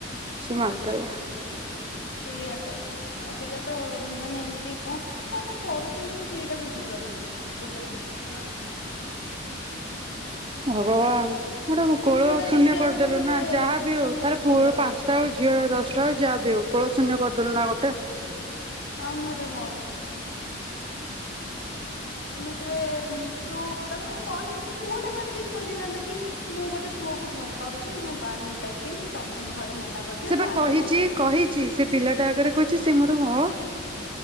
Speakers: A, on the right; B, on the left.
A: ସେ ମାନିଦେଲା।
B: ସେଇଆା ତ ଅବିକା ତ ମାନେ ଏମିତି ଙ୍କ କଣ ପାଇଁ କରୁଚନ୍ତି ମୁଁ ସେଇଟା ବୁଝିପା ରୁନି ଲୋକମାନେ।
A: ହଗବାନ୍‌। ମୋଟା କୋଳ
B: ମୁଁ ସେଇଟା
A: ଶୂନ୍ୟ
B: ଦେଖିଲା
A: କରିଦେଲୁ
B: ବେଳକୁ ମତେ
A: ନା ଯାହାବି ହଉ
B: ମାନେ
A: ତାର
B: ଦୁଃଖ
A: ପୁଅ
B: ଲାଗୁଛି
A: ପାଞ୍ଚଟା ଆଉ ଝିଅର ଦଶ ଟା ହଉ ଯାହା ବି ଆଉ କୋଳ ଶୂନ୍ୟ କରିଦେଲୁ ନା ଗୋଟେ।
B: ଆଉନୁହଁ ତ କଣ। ଏମିତିରେ ତୁ ତାକୁ ମୁଁ କହିଉଛି ସେ ପୁଅଟାକୁ ଅଟଲିଷ୍ଟି କହିଦେଇଥାନ୍ନ୍ତା କି ମୁଁ ଗୋଟେ ପୁଅ କୁ ଭଲ ପାଉଛି ମୁଁ ବାହା ହେଇ ପାରିବିନି ତମେ ଘରେ ମନା କରିଦିଅ
A: ସେ
B: ଏଇ
A: ବା
B: ବାହାଘର
A: କହିଛି
B: ଭାଙ୍ଗିଦିଅ।
A: କହିଛି ସେ ପିଲାଟା ଆଗରେ କହିଛି ସେ ମତ ମୋ